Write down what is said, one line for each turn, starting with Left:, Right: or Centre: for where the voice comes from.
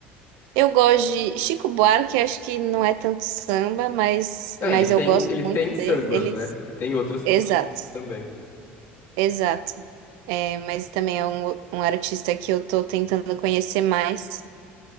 Right: Eu gosto de Chico Buarque, acho que não é tanto samba, mas,
Left: É,
Right: mas
Left: ele tem,
Right: eu gosto
Left: ele
Right: muito
Left: tem sambas,
Right: dele. Ele...
Left: né? E tem outras que
Right: Exato,
Left: também.
Right: exato. É, mas também é um, um artista que eu tô tentando conhecer mais.